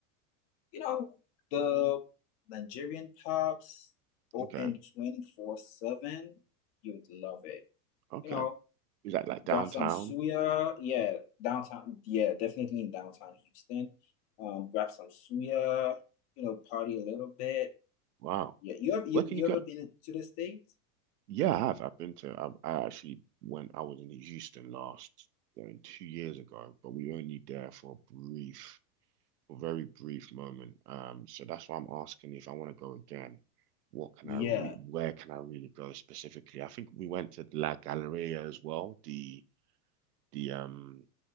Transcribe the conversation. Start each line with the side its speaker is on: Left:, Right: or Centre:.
Left: you know, the Nigerian pubs open
Right: Okay.
Left: 24/7. You would love it.
Right: Okay.
Left: You know,
Right: Is that like downtown?
Left: Grab some suya, yeah, downtown, yeah, definitely in downtown Houston. Um, grab some suya, you know, party a little bit.
Right: Wow.
Left: Yeah, you have you,
Right: Where can
Left: you
Right: you go?
Left: ever been to the States?
Right: Yeah, I have. I've been to. I, I actually went. I was in Houston last um, two years ago, but we were only there for a brief, a very brief moment. Um, so that's why I'm asking if I want to go again. What can
Left: Yeah.
Right: I re where can I really go specifically? I think we went to La Galleria as well, the the um